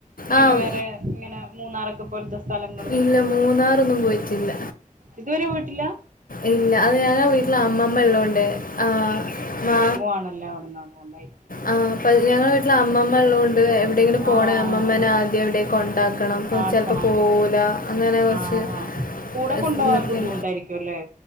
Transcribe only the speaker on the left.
ആഹ്.
ഇല്ല മൂന്നാറൊന്നും പോയിട്ടില്ല.
ഇല്ല അത് ഞങ്ങ വീട്ടില് അമ്മമ്മ ഇള്ളോണ്ടേ ആഹ് മാ
ആഹ് ഇപ്പ ഞങ്ങളെ വീട്ടിലമ്മ മ്മ ഇള്ളോണ്ട് എവിടെയെങ്കിലും പോണേ
അമ്മമ്മാനെ ആദ്യം എവിടേ കൊണ്ടാക്കണം. പ്പം
ചെലപ്പം പോവൂല്ല. അങ്ങനെ കൊറ്ച്ച്
<unintelligible>
ആഹ്